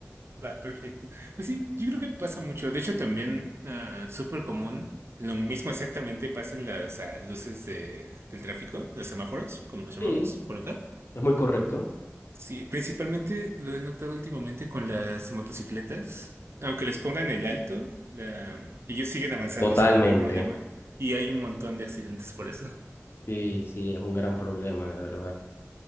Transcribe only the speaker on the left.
Sí,
es muy correcto.
Totalmente.
Sí, sí, es un gran problema, de verdad.